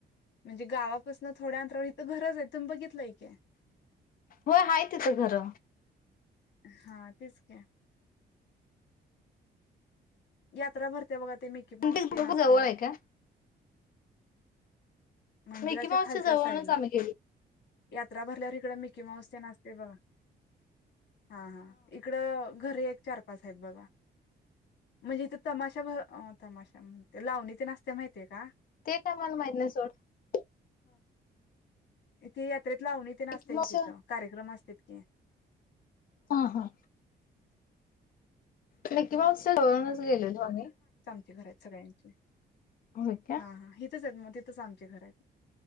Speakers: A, on the left; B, on the left.
A: म्हणजे गावापासन थोड्या अंतराव इथं घरच आहे इथून बघितलं की
B: होय आहे तिथं घर.
A: हा तेच की. यात्रा भरते बघा ते मिकी माऊस
B: खूप
A: तेन असते
B: जवळ आहे का?
A: मंदिराच्या
B: मिकी माऊसच्या
A: खालच्या
B: जवळूनच
A: साईडला
B: आम्ही गेलो
A: यात्रा भरल्यावर इकड मी. कमवश्य ना असते ब हा हा इकड घरी. चार पाच आहेत बघा म्हणजे इथे तमाशा तमाशा म्हण लावणी ते नाचते माहितीे का?
B: ते काय मला माहित नाही सोड.
A: इथ. लावून तेे
B: मिकी
A: नाचते
B: माऊस
A: का तथं कार्यक्रम असते. अओके.
B: हा हा. किंवाूनच गेलोतो आम्ही.
A: घरात सगळ्यांचे.
B: होय का?
A: हा हा हीथच आहेत म तिथं च आमचे घर आहेत.